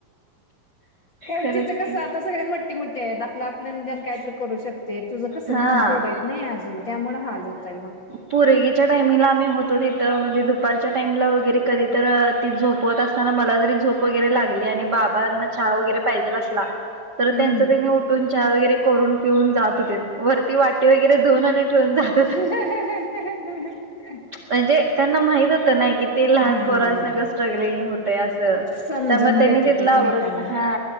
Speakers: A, on the left; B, on the right.
A: कारण
B: खरंच
A: तिथं कस?
B: की.
A: ता सगळे मोट्टठी मोठठीे आहेत आपलं आपलं निदान काय तर करू शकतो. ते तुझं कसं
B: हा
A: लहान पोर यत नाही अजून त्यामुळे हाल होतय मग
B: पुरेगीच्या टाईमला आम्ही होतो तिथं म्हणजे दुपारच्या टाईमला वगैरे कधी तर ती झोपवत असतो. असताना मला जरी झोप वगैरे लागली आणि बाबांना छहा वगैरे पाहिजेल असला. तर
A: हम्म.
B: त्यांचं त्यांनी उठून चहा वगैरे करून पिऊन जात. वरती वाटे वगैरे दोनने ठेवूनात.
A: हा हा हा.
B: म्हणजे त्यांना माहित होतं ना कि ते लहान
A: हम्म
B: पोरांसग स्ट्रगलिंग होत असं
A: समजून
B: त्यामुळे त्यांनी
A: घेतेत
B: तिथला
A: एकमेकांना.
B: आवरत हा.